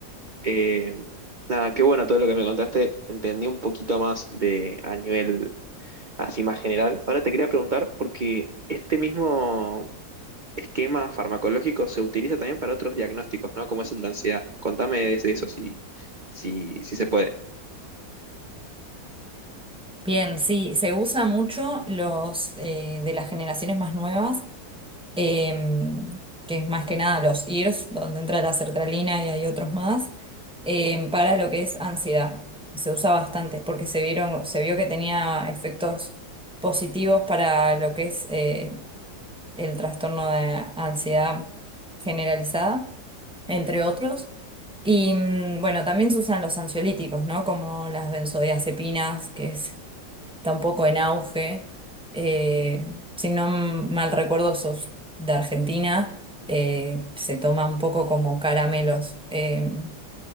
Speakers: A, on the right; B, in the centre.
A: Eh, nada, qué bueno todo lo que me contaste, entendí un poquito más de a nivel así más general. Ahora te quería preguntar, porque este mismo esquema farmacológico se utiliza también para otros diagnósticos, ¿no? Como es el de ansiedad. Contame de eso, si, si, si se puede.
B: Bien, sí, se usa mucho los eh, de las generaciones más nuevas em, que es más que nada los IRS, donde entra la sertralina y hay otros más, em, para lo que es ansiedad. Se usa bastante porque se vieron, se vio que tenía efectos positivos para lo que es eh, el trastorno de ansiedad generalizada, entre otros. Y mm, bueno, también se usan los ansiolíticos, ¿no? Como las benzodiazepinas, que es está un poco en auge. Eh, si no mal recuerdo, sos de Argentina, eh, se toma un poco como caramelos. Eh,